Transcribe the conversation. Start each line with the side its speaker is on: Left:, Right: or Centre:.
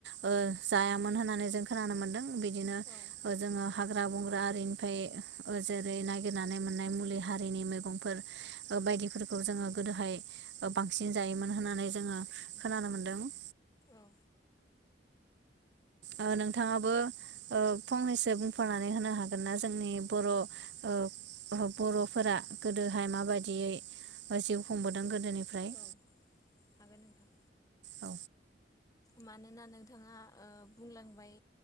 Right: ओ जायामोन होननानै जों खोनानो मोन्दों बिदिनो
Left: औ
Right: जोंङो हाग्रा बंग्रा आरिनिफ्राय जेरै नागिरनानै मोननाय मुलि हारिनि मैगंफोर ओ बायदिफोरखौ जोंङो गोदोहाय बांसिन जायोमोन होननानै जोंङो खोनानो मोन्दों।
Left: औ
Right: ओ नोंथाङाबो ओ फंनैसो बुंफानानै होनो हागोनना जोंनि बर' ओ बर'फोरा गोदोहाय माबायदियै ओ जिउ खुंबोदों गोदोनिफ्राय?
Left: औ हागोन नोंथां
Right: औ
Left: मानोना नोंथाङा ओ बुंलांबाय